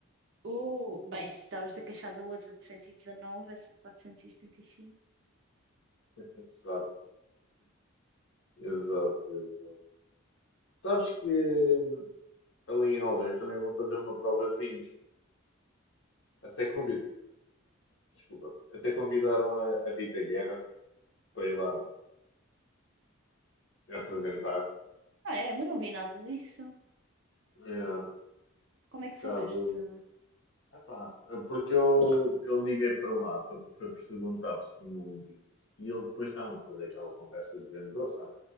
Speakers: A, on the right (about 55°); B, on the left (about 60°).
A: O, bem, se estavas a queixar da outra de 119, essa de 475.
B: Exato, exato, exato. Sabes que hum, ali em Algés também vão fazer uma prova de vinhos. Até convido, desculpa. Até convidaram a, a Rita Guerra para ir lá apresentar.
A: Ah, é, mas não vi nada disso.
B: É, por
A: Como é que
B: causa
A: soubeste?
B: Epá, porque eu, eu liguei para lá para, para perguntar se tinha um vinho e ele depois estava a fazer aquela conversa de vendedor, sabe?